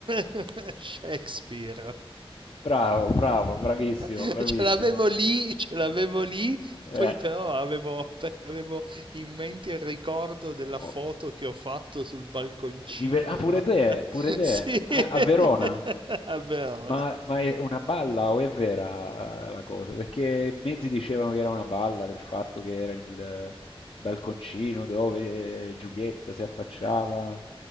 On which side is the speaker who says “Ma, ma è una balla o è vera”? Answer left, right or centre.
Left